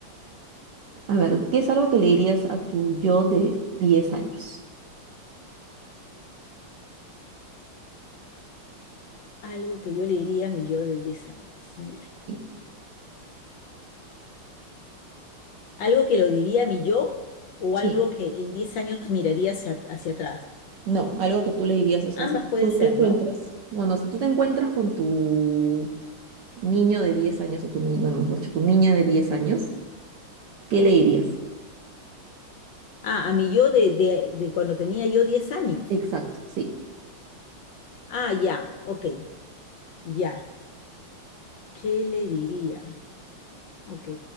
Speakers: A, on the right; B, on the left.
A: a ver, ¿qué es algo que le dirías a tu yo de 10 años?
B: algo que yo le diría a mi yo de 10 años. Mira,
A: Sí,
B: algo que lo diría a mi yo o
A: sí,
B: algo que en 10 años miraría hacia, hacia atrás.
A: no, algo que tú le dirías, o sea,
B: Ambas
A: si
B: pueden
A: tú
B: ser,
A: te encuentras,
B: ¿no?
A: bueno, si tú te encuentras con tu niño de 10 años o tu, ni- bueno, mejor dicho, tu niña de 10 años, ¿Qué le dirías?
B: Ah, a mi yo de, de, de cuando tenía yo 10 años.
A: Exacto, sí.
B: Ah, ya, ok, ya. ¿Qué le diría? ¿ok?